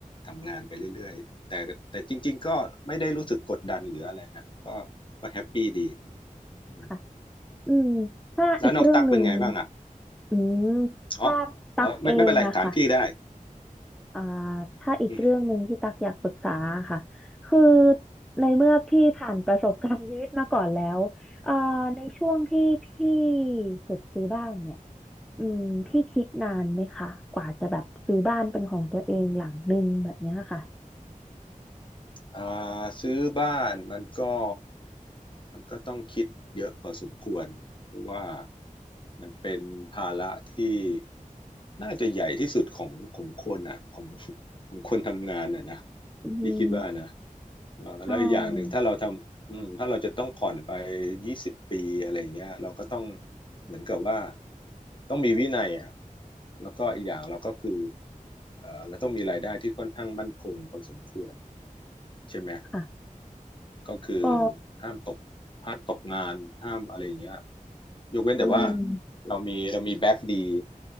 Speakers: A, on the left (about 35°); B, in the centre.
A: ทำงานไปเรื่อยๆแต่แต่จริงๆก็ไม่ได้รู้สึกกดดันหรืออะไรนะก็ก็แฮปปี้ดีอืม
B: ค่ะอืมถ้าอีกเรื่องหนึ่ง
A: แล้วน้องตั๊กเป็นไงบ้างอ่ะ
B: อืมถ้าตักเองอะค่ะ
A: อ๋ออ๋อไม่ไม่เป็นไรถามพี่ได้
B: อ่าถ้าอีกเรื่องหนึ่งที่ตักอยากปรึกษาค่ะ
A: อืม
B: คือในเมื่อพี่ผ่านประสบการณ์ชีวิตมาก่อนแล้วเอ่าในช่วงที่พี่สุดซื้อบ้านเนี่ยอืมพี่คิดนานไหมคะกว่าจะแบบซื้อบ้านเป็นของตัวเองหลังหนึ่งแบบเนี้ยค่ะ
A: อ่าซื้อบ้านมันก็มันก็ต้องคิดเยอะพอสมควรเพราะว่ามันเป็นภาระที่น่าจะใหญ่ที่สุดของของคนอ่ะของของคนทำงานอ่ะนะ
B: อืม
A: พี่คิดว่านะเอ่อแล้วอีกอย่างหนึ่งถ้าเราทำอืมถ้าเราจะต้องผ่อนไป
B: ใช่
A: ยี่สิบปีอะไรอย่างเงี้ยเราก็ต้องเหมือนกับว่าต้องมีวินัยอ่ะแล้วก็อีกอย่างเราก็คือเอ่อเราต้องมีรายได้ที่ค่อนข้างมั่นคงพอสมควรใช่ไหม
B: ค่ะ
A: ก็คือ
B: ก็
A: ห้ามตกห้ามตกงานห้ามอะไรอย่างเงี้ยยกเว้นแต่ว่า
B: อืม
A: เรามีเรามีแบ็กดี